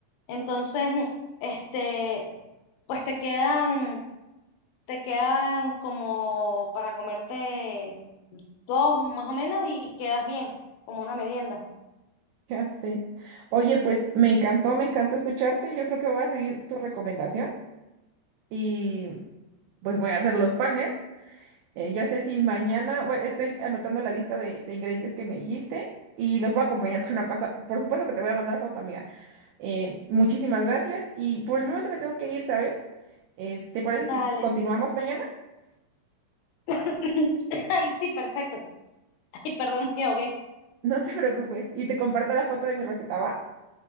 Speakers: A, on the left (about 85°); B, on the right (about 90°).
A: Entonces, este, pues te quedan, te quedan como para comerte dos más o menos y quedas bien, como una merienda.
B: Ya sé. Oye, pues me encantó, me encantó escucharte. Yo creo que voy a seguir tu recomendación y pues voy a hacer los panes. Eh, ya sé si mañana, bueno, estoy anotando la lista de, de ingredientes que me dijiste y los voy a acompañar con una pasta. Por supuesto que te voy a mandar foto, amiga. Eh, muchísimas gracias y por el momento me tengo que ir, ¿sabes? Eh, ¿te parece si
A: Dale.
B: continuamos mañana? <laughs>
A: <laughs> Ay, sí, perfecto. Ay, perdón, me ahogué.
B: No te preocupes y te comparto la foto de mi receta, ¿va?